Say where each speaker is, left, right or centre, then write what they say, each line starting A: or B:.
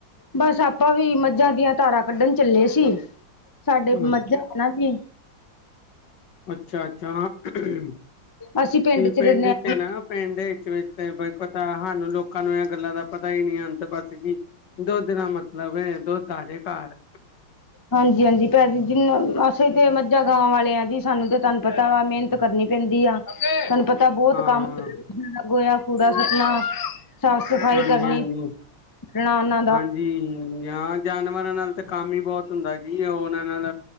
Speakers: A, on the left; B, on the left.
A: ਬਸ ਆਪਾਂ ਵੀ ਮੱਝਾਂ ਦੀਆਂ ਧਾਰਾਂ ਕੱਢਨ ਚੱਲੇ ਸੀ। ਸਾਡੇ
B: ਅੱਛਾ
A: ਮੱਝਾਂ ਐ ਨਾ। ਜੀ।
B: ਅੱਛਾ-ਅੱਛਾ। ਤੁਸੀਂ
A: ਅਸੀਂ
B: ਪਿੰਡ
A: ਰਹਿੰਦੇ
B: 'ਚ
A: ਹਾਂ।
B: ਏ ਨਾ। ਪਿੰਡ ਦੇ ਵਿੱਚ-ਵਿਚ ਬ ਪਤਾ ਸਾਨੂੰ ਲੋਕਾਂ ਨੂੰ ਐ ਗੱਲਾਂ ਦਾ ਪਤਾ ਈ ਨੀ ਹੋਦਾ ਬਸ ਜੀ। ਦੁੱਧ ਦਾ ਮਤਲਬ ਏ ਦੁੱਧ ਆਜੇ ਕਾਰ।
A: ਹਾਂਜੀ-ਹਾਂਜੀ ਭੈ ਜੀ ਜਿਨ ਅਸੀਂ ਤੇ ਮੱਝਾਂ ਗਾਵਾਂ ਵਾਲੇ ਆ ਜੀ ਸਾਨੂੰ ਤੇ ਤਾਨੂੰ ਪਤਾ ਵਾ ਮਿ ਤ ਕਰਨੀ ਪੈਂਦੀ ਆ ਤਾਨੁ ਪ ਤਾਂ ਬਹੁਤ
B: ਹਾਂ
A: ਕੰਮ ਗੋਯਾ ਕੂੜਾ ਸਟਨਾ, ਸਾਫ਼-ਸਫ਼ਾਈ
B: ਹਾਂਜੀ
A: ਕਰਨੀ
B: ਹਾਂਜੀ
A: ਨਾ-ਨਾ।
B: ਹਾਂਜੀ। ਨਾ ਜਾਨਵਰਾਂ ਨਾਲ ਤੇ ਕੰਮ ਈ ਬੋਤ ਹੁੰਦਾ ਜੀ ਉਨਾਂ ਨਾਲ